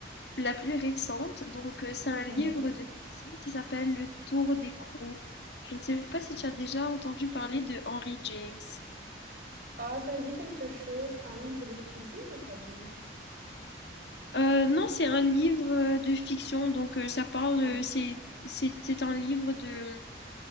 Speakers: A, on the left; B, on the right.
A: la plus récente. Donc, euh, c'est un livre
B: Mhm,
A: de fiction qui s'appelle Le Tour des Crocs. Je ne sais pas si tu as déjà entendu parler de Henry James.
B: Ah, ça me dit quelque chose. C'est un livre de cuisine, t'as dit?
A: Euh, non, c'est un livre euh, de fiction, donc euh, ça parle,
B: Ah,
A: euh, c'est c'est- c'est un livre de,